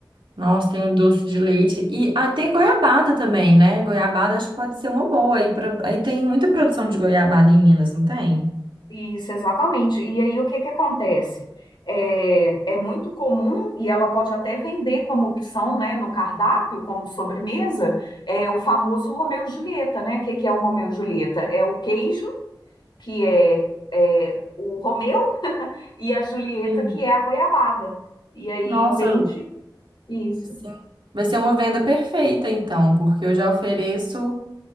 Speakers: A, on the right; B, on the left.
A: Nossa, tem o doce de leite. E ah, tem goiabada também, né? Goiabada acho que pode ser uma boa. Aí, pra... aí tem muita produção de goiabada em Minas, não tem?
B: Isso, exatamente. E aí o que que acontece? É, é muito comum, e ela pode até vender como opção, né, no cardápio, como sobremesa, é o famoso Romeu e Julieta, né? O que que é o Romeu e Julieta? É o queijo, que é, é o Romeu, e a Julieta,
A: Sim.
B: que é a goiabada. E aí
A: Nossa,
B: vende isso.
A: Sim. Vai ser uma venda perfeita, então, porque eu já ofereço